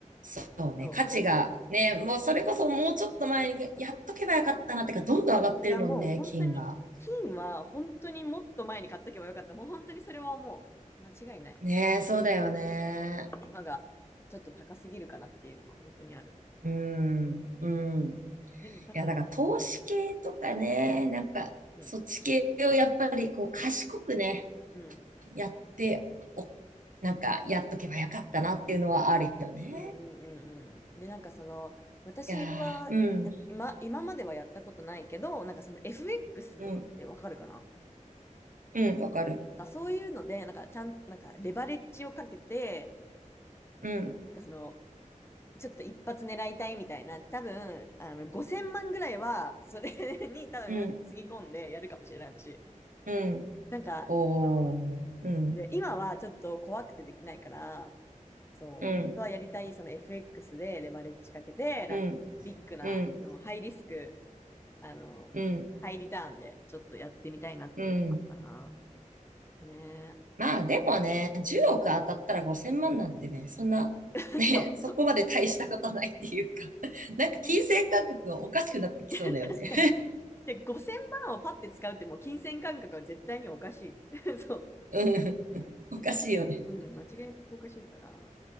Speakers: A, on the right; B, on the left.
A: そうね、
B: そう。
A: 価値がね、もうそれこそもうちょっと前にやっとけばよかったなってか、どんどん上がってるもんね、
B: いや、もう本当に、
A: 金が。
B: 金は本当にもっと前に買っとけばよかった。もう本当にそれはもう。間違いない。
A: ねえ、そうだよね。
B: 今がちょっと高すぎるかなっていうのは本当にある。
A: うん、うん。
B: でも多分、
A: いや、だから投資系とかね、なんか、
B: うん、
A: そっち系をやっぱりこう、賢くね、
B: うん、
A: やって、お、なんか、やっとけばよかったなっていうのはあるよね。
B: うん、うん、うん。うんで、なんかその、私はや今、
A: いやー、うん、
B: 今まではやったことないけど、なんかその FX
A: うん、
B: とかってわかるかな
A: うん、わかる。
B: なんかそういうので、なんかちゃん、なんかレバレッジをかけて、
A: うん、
B: なんかその、ちょっと一発狙いたいみたいな、多分、あの、5000万ぐらいは、それ <laughs> に多分、
A: うん、
B: つぎ込んでやるかもしれない、私。
A: うん。
B: なんか、
A: おー、
B: その、
A: うん、
B: で、今はちょっと怖くてできないから、そう、
A: うん、
B: 本当はやりたい、その FX でレバレッジかけて、なんか、
A: うん、
B: ビッグな、
A: うん。
B: あの、ハイリスク、あの、
A: うん、
B: ハイリターンで、ちょっとやってみたいなっていうのかな。
A: うん。
B: ね
A: まあでもね、10億当たったら5000万なんてね、そんな、
B: え。
A: ね、
B: <laughs> そう、
A: <laughs> そこまで大したことないっていうか、<laughs> なんか金銭感覚がおかしくなってきそうだよね。
B: うん確かに。で、5000万をパッて使うって、もう金銭感覚は絶対におかしい。<laughs> そう。
A: うん、<laughs> おかしいよね。
B: うん、間違いなくおかしいから、